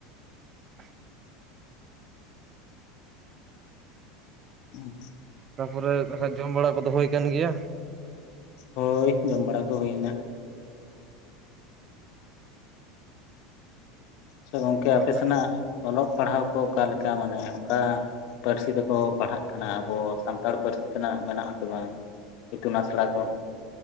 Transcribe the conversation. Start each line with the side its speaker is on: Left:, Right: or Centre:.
Right: <unintelligible>
Left: ᱦᱩᱸ <unintelligible>
Right: ᱛᱟᱯᱚᱨᱮᱠᱷᱟᱱ ᱡᱚᱢ ᱵᱟᱲᱟ ᱠᱚ ᱫᱚᱦᱚᱭ ᱠᱟᱱ ᱜᱮᱭᱟ?
Left: ᱦᱳᱭ ᱡᱚᱢ ᱵᱟᱲᱟ ᱠᱚ ᱦᱩᱭᱱᱟ ᱥᱮ ᱜᱚᱝᱠᱮ
Right: ᱛᱟᱨᱯᱚᱨᱮ
Left: ᱟᱯᱮ ᱥᱮᱱᱟᱜ ᱚᱞᱚᱜ ᱯᱟᱲᱦᱟᱣ ᱠᱚ ᱚᱠᱟᱮᱠᱟ ᱢᱟᱱᱮ ᱚᱠᱟ ᱯᱟᱹᱨᱥᱤ ᱛᱮᱠᱚ ᱯᱟᱲᱦᱟᱜ ᱠᱟᱱᱟ ᱟᱵᱚ ᱥᱟᱱᱛᱟᱲ ᱯᱟᱹᱨᱥᱤ ᱛᱮᱱᱟᱜ ᱢᱮᱱᱟᱜ ᱟᱥᱮ ᱵᱟᱝ ᱤᱛᱩᱱ ᱟᱥᱲᱟ ᱠᱚ